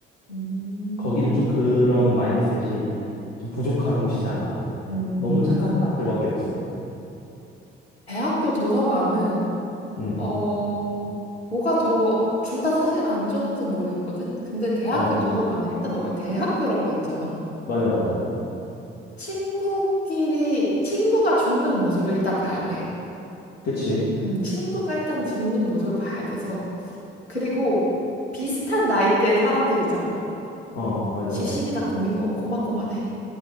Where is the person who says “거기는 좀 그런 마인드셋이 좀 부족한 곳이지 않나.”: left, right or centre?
Left